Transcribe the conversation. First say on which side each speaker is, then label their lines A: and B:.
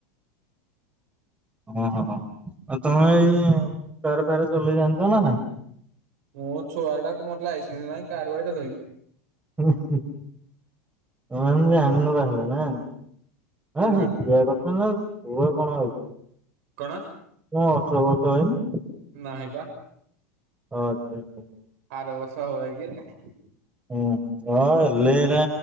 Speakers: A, on the right; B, on the right.
A: ଓହୋ ଆଉ ତମେ ଏଇ ଫାର ଫାରେ ଚଲେଇ ଯାଣିଛ ନା ନାଇଁ?
B: ମୋ ଛୁଆଟାକୁ ମୋର ଲାଇସେନ୍ସହିଁ କାର୍ <unintelligible> ଇବି
A: ହୁଁ ହୁଁ ତମେ ଆମେ ଜାଣିନ ତାହେଲେ ନା ହଁ
B: ନା
A: ହେଇଖିବା
B: ନା
A: କଥା ନା ପୁ କଣ ହଉଛି।
B: କଣ?
A: ତୁମ ଅଠର ବର୍ଷ ହେଇନି
B: ନାହିଁ ପା।
A: ଓ ଆଚ୍ଛା ଆଚ୍ଛା।
B: ଆର ବର୍ଷ ହବ ଯାଇକି
A: ହଁ ହଁ ହେଲେ ଏରା